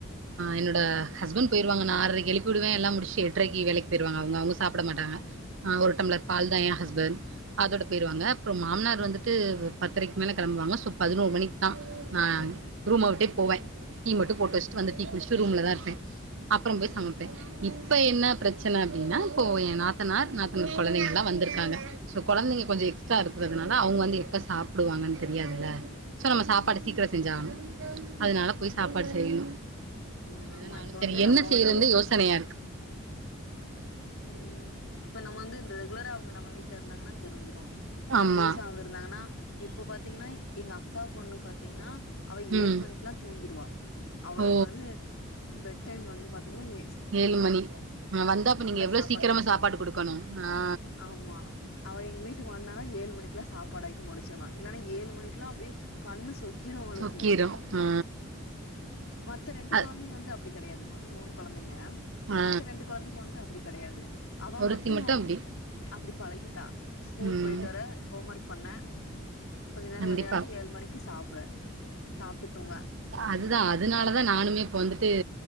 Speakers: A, on the right; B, on the left.
A: என்னோட ஹஸ்பண்ட் போய்ருவாங்க நா ஆரரைக்கு எழுப்பி விடுவே எல்லா முடிச்சி எட்ரைக்கு வேலைக்கு போய்ருவாங்க அவங்க அவங்க சாப்ட மாட்டாங்க ஆ ஒரு டம்ளர் பால் தா எ ஹஸ்பண்ட் அதோட போயிருவாங்க அப்றோ மாமனார் வந்துட்டு பத்தெரக்கு மேல கெளம்புவாங்க ப்ப பதினோரு மணிக்கு தா நா ரூமா விட்டே போவே டீ மட்டும் போட்டு வச்சுட்டு வந்து டீ குடிச்சுட்டு ரூம்ல தா இருப்பே அப்புறோ போய் சமப்பே இப்ப என்ன பிரச்சன அப்டின்னா இப்போ என் நாத்தனார் நாத்தனார் கொழந்தைங்க எல்லா வந்திருக்காங்க சோ கொழந்தைங்க கொஞ்சோ எக்ஸ்ட்ரா இருக்குறதுனால அவங்க வந்து எப்ப சாப்பிடுவாங்கனு தெரியாதுல்ல சோ நம்ம சாப்பாடு சீக்கிரோ செஞ்சு ஆகணு அதனால போய் சாப்பாடு செய்யணு
B: ம்
A: இனிமேதா
B: ஆமா
A: நானு
B: இப்ப
A: செரி
B: வந்து
A: என்ன
B: நம்ம
A: செய்யறது
B: வந்து
A: யோசனயா இருக்கு
B: உ இப்ப நம்ம வந்து ரெகுலரா அவங்க நம்ம வீட்ல இருந்தாங்கன்னா தெரிஞ்சிரு இப்ப
A: ஆமா
B: புதுசா வந்து இருந்தாங்கனா இப்ப பாத்தீங்கனா எங்க அக்கா பொண்ணு பாத்தீங்கனா அவ
A: ம்
B: ஏழு மணிக்குலா தூங்கிருவா அவளுக்கு
A: ஓ
B: வந்து பெட் டைம் வந்து பாத்தீங்கனா ஏ
A: ஏழு மணி அவ வந்தாப்ப நீங்க எவ்ளோ
B: சாப்பாடு
A: சீக்கிரமா
B: குடுத்தணு
A: சாப்பாடு குடுக்கணு ஆ
B: ஆமா அவ எங்க வீட்டுக்கு வந்தானா ஏழு மணிக்லா சாப்பாடாக்கி முடிச்சிர்ணு இல்லன்னா ஏழு மணிக்குலா அப்டியே கண்ணு சொக்கிரு அவளுக்கு
A: சொக்கிரு ஆ
B: மத்த ரெண்டு
A: அ
B: குழந்தைங்க வந்து அப்டி கெடையாது மொத்தோ மூணு குழந்தைங்க
A: ஆ
B: மத்த ரெண்டு குழந்தைங்க வந்து அப் கெடையாது அவ
A: ஒருத்தி
B: மட்டு
A: அப்டி
B: அப்டி பழகிட்டா ஸ்கூல்
A: ம்
B: போயிட் டர ஹோமொர்க் பண்ண கொஞ்ச நேரோ
A: கண்டிப்பா
B: வெளையாட ஏழ் மணிக்கு சாப்ட சாப்ட்டு தூங்க
A: அதுதா அதுனாலதா நானுமே இப்ப வந்துட்டு